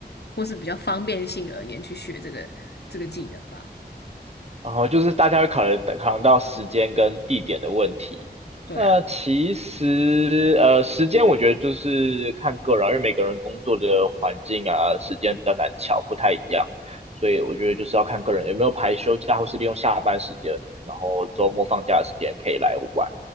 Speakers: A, on the left; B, on the right.
A: 或是比较方便性而言去学这个这个技能吧。
B: 然后就是大家会考虑考量到时间跟地点的问题。
A: 对啊，
B: 那其实呃，时间我觉得就是看个人啊，因为每个人工作的环境啊、时间比较难巧，不太一样，所以我觉得就是要看个人有没有排休假，或是利用下班时间，然后周末放假的时间可以来玩。